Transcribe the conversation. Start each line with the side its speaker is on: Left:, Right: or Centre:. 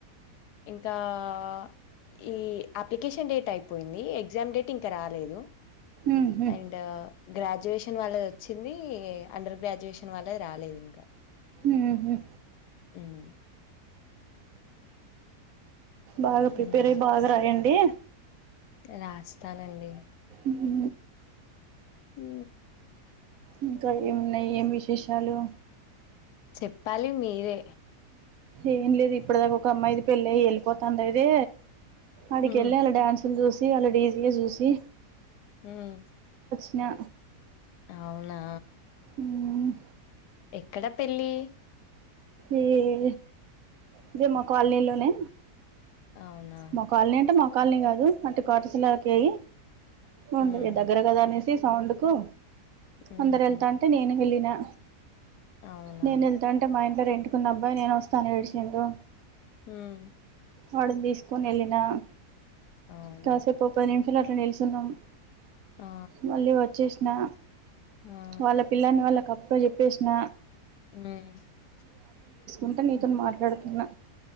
Left: ఇంకా ఆ ఈ అప్లికేషన్ డేట్ అయిపోయింది. ఎగ్జామ్ డేట్ ఇంకా రాలేదు.
Right: ఉహు
Left: అండ్ గ్రాజ్ డ్యుయేషన్ వాళ్ళది వచ్చింది. అండర్ గ్రాడ్యుయేషన్ వాళ్ళది రాలేదు ఇంకా
Right: మ్ హ్
Left: మ్
Right: బాగా ప్రిపేర్
Left: మ్మ్
Right: అయి బాగా రాయండి.
Left: రాస్తానండి.
Right: ఉహు
Left: హ్
Right: ఇంకా ఏమున్నయి ఏం విశేషాలు
Left: చెప్పాలి మీరే
Right: ఏం లేదు ఇప్పటిదాకా ఒక అమ్మాయిది పెళ్లై ఎళ్ళిపోతాందయితే ఆడికెళ్ళి
Left: మ్మ్
Right: ఆళ్ల డాన్స్లు చూస్ <unintelligible> జూసి
Left: ఉమ్మ్
Right: న
Left: అవునా
Right: ఊమ్మ్
Left: ఎక్కడ పెళ్ళి
Right: ఈ ఇది ఇదే మా కాలనీలోనే
Left: అవునా
Right: మా కాలనీ అంట మా కాలని కాదు అంటే కాటిసులాకే ఓందొ
Left: మ్మ్
Right: దగ్గర గదా అనేసి తి సౌండ్ కు
Left: మ్మ్
Right: అందర్ ఎళ్తా ఉంటే నేను వెళ్ళి అ
Left: అవునా
Right: నేను వెళ్తా అంటే మా అయన్ ది రెంటుకున్న అబ్బాయి నేను వస్తాను విడిచిందు
Left: మ్మ్
Right: వాడిని తీసుకొని ఎళ్ళినా
Left: అవునా
Right: కాసేపోప్పోనే ద్దురూ అట్ల నిల్చున్నాం
Left: ఆ
Right: మళ్ళీ వచ్చేస్ నా
Left: ఆ
Right: వాళ్ళ పిల్లని వాళ్ళ కప్ పూలిప్పేసిన
Left: <unintelligible>
Right: అంటే నీతోని మాట్లాడుతున్నా